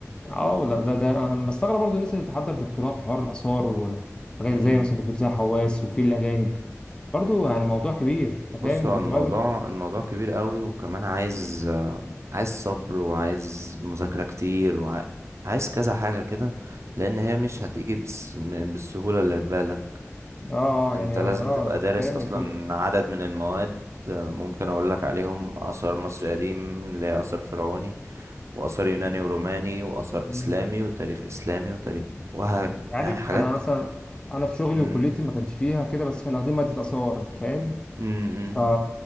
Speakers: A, on the left (about 20°); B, on the right (about 65°).
A: اه لا ده, ده انا مستغرب برضو الناس اللي تحضر دكتوراه في حوار الاثار وحاجات
B: مم.
A: زي مثلا دكتور زي حواس وفي الاجانب برضو يعني موضوع كبير انت
B: بص
A: فاهم
B: هو
A: انت
B: الموضوع
A: ما
B: الموضوع كبير قوي وكمان عايز آه، عايز صبر وعايز مذاكره كتير وعايز كذا حاجه كده لان هي مش هتيجي بس... م- بالسهوله اللي في بالك
A: اه آه،
B: انت
A: يعني اه
B: لازم
A: آه،
B: تبقى دارس
A: انت فاهم
B: اصلا
A: انت
B: عدد من المواد آه، ممكن اقول لك عليهم اثار مصر قديم اللي هي اثر فرعوني واثار يوناني وروماني واثار
A: مم.
B: اسلامي وتاريخ اسلامي وتاريخ وه...
A: انت عارف
B: يعني حاجات
A: انا مثلا انا في شغلي
B: مم.
A: وكليتي ما كانش فيها كده بس كنا واخدين ماده اثار انت فاهم
B: مم. مم.
A: ف